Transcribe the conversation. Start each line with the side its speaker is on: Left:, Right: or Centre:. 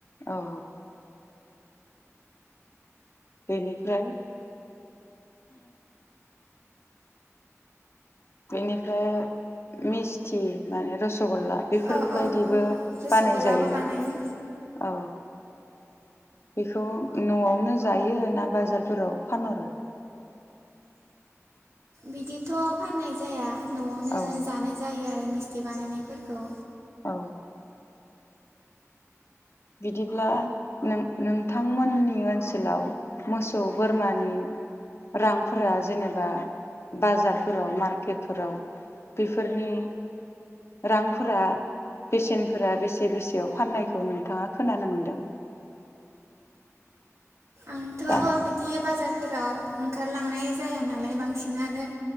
Left: औ बेनिफ्राय बेनिफ्राय मिस्थि माने रस गला बेफोरबायदिबो
Right: औ औ रसगल्लाबो
Left: बानाय जायोना?
Right: बानायो
Left: औ। बेखौ न'आवनो जायो ना बाजारफोराव फानहरो?
Right: बिदिथ' फाननाय जाया न'आवनो
Left: औ
Right: जानाय जायो आरो बिदि बानायनायफोरखौ
Left: औ। बिदिब्लाों नों-नोंथांमोननि ओनसोलाव मोसौ बोरमानि रांफोरा जेनेबा बाजारफोराव मार्केटफोराव बेफोरनि रांफोरा बेसेनफोरा बेसे बेसेयाव फाननायखौ नोंथाङा खोनानो मोनदों।
Right: आंथ'
Left: दा
Right: बिदि बाजार फोराव ओंखारलांनाय जाया नालाय बांसिनानो